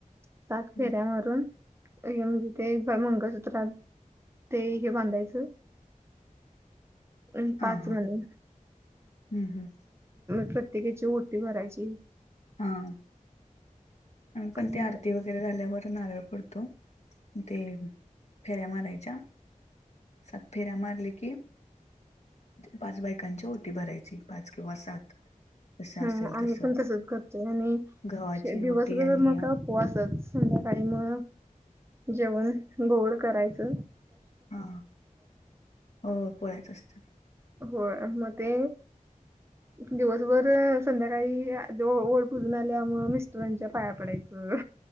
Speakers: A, on the right; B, on the left.
A: सात
B: हम्म,
A: फेऱ्यावरून म्हणजे ते मंगळसूत्रात. ते हे बांधायचं. अम्
B: हा
A: पाच
B: हा
A: मनी.
B: हम्म हम्म
A: प्रत्येकाची ओटी भरायची.
B: हा. पण
A: आणि
B: ते आरतीवर.
A: मग-
B: र झाल्यावर नारळ पुडतो ते फेऱ्या मारायच्या. सात फेऱ्या मारले की. पाच बायकांची ओटी भरायची पाच किंवा सात जस
A: हम
B: असेल
A: आम्ही
B: तस
A: पण तसच करतोय आणि
B: गव्हाची
A: दिवस
B: ओटी
A: मग
B: आणि हा
A: कापोवासच सध्याकाळी म जेवण गोड करायचं.
B: हा हो पोळ्याचं असतात.
A: हो मगते. दिवसभर संध्याकाळी ओड पूजून आल्यामुळ मिस्टरांच्या पाया पडायचं.